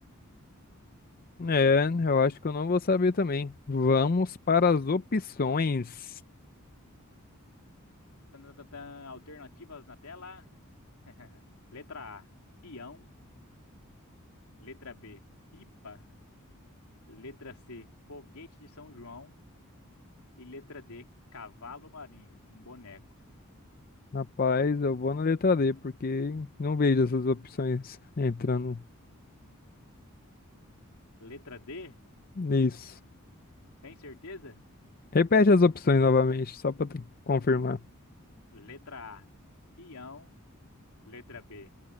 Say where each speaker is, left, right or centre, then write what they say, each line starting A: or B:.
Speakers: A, on the left; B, on the left.
A: É, eu acho que eu não vou saber também. Vamos para as opções.
B: Tan, tan, tan, tan. Alternativas na tela. <laughs> Letra A, peão. Letra B, pipa. Letra C, foguete de São João. E letra D, cavalo marinho, um boneco.
A: Rapaz, eu vou na letra D, porque não vejo essas opções entrando
B: Letra D,
A: nisso.
B: tem certeza?
A: Repete as opções novamente, só para confirmar.
B: Letra A, peão. Letra B,